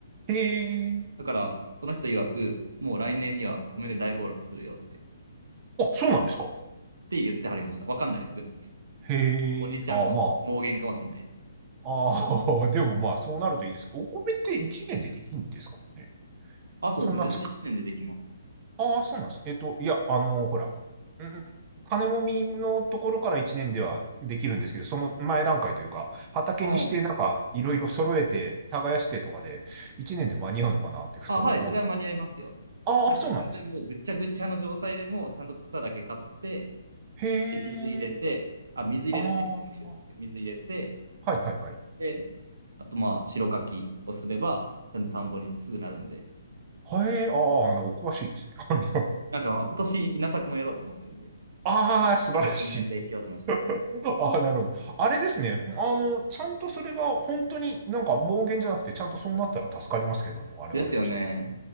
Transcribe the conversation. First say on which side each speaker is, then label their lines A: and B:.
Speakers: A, on the right; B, on the right.
A: へえ。
B: だから、その人曰く、もう来年には米が大暴落するよって、っ
A: あ、そうなんですか。
B: て言ってはりました。わかんないです、でも。
A: へえ、
B: おじちゃんの妄言かもしれないです。
A: ああ、まあ、ああ、<laughs> でもまあ、そうなるといいです。お米って1年でできるんですかね。
B: あ、そうですね。
A: そんなつく、
B: 全然1年でできます。
A: ああ、そうなんです。えっと、いや、あのーほら、うん、金もみのところから1年ではできるんですけど、その前段階というか、畑にしてなんか、
B: あ
A: いろいろ揃えて、耕してとかで、1年で間に合うのかなってふと思ったりする。
B: あ、はい、それは間に合いますよ。
A: ああ、
B: なんか全然もうぐっちゃぐちゃの状態でも、
A: そうなんですね。
B: ちゃんと草だけ買って、
A: へ
B: で水入れて、
A: え、
B: あ、水入れるシステムがいるんですよ。
A: ああ、
B: 水入れて、
A: はいはいはい。
B: で、あとまあ、白柿をすれば、ちゃんと田んぼにすぐなるんで。
A: へえ、ああ、あのお詳しいですね。<laughs> あの
B: なんかまあ、今年稲作もやろうと思ってるんで、
A: ああ、素晴らしい。
B: 結構その辺勉強しました。
A: <laughs> ああ、なるほど。あれですね。あの、ちゃんとそれが本当になんか妄言じゃなくて、ちゃんとそうなったら助かりますけどね、我々としても。
B: ですよね。